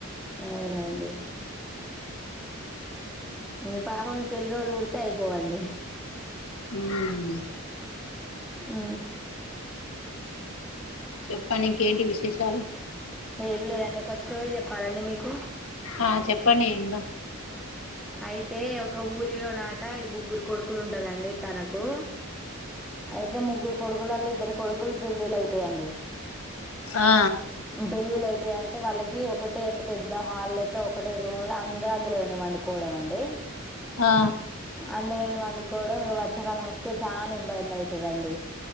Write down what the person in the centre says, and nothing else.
అవునండి మీ పాప మీ పెళ్లి రోజు పడు అయిపోవండి
ఊ
ఏం లేదండి ఒక స్టోరీ చెప్పాలండి మీకు
అయితే ఒక ఊరిలో నట ముగ్గురు కొడుకులు ఉంటదండి తనకు అయితే ముగ్గురు కొడుకుల ఇద్దరు కొడుకులు పెళ్ళిళ్ళయితయండి
పెళ్ళిళయిత అంటే వాళ్ళకి ఒకటి అంటే పెద్ద హాల్ లెక్క ఒకటే రూంలా అందర్ అందులోనే పండు కోడం అండి
అందులోనే పండుకోవడం ఇగ వర్షాకాలం వస్తే చాలా ఇబ్బందయితదండి.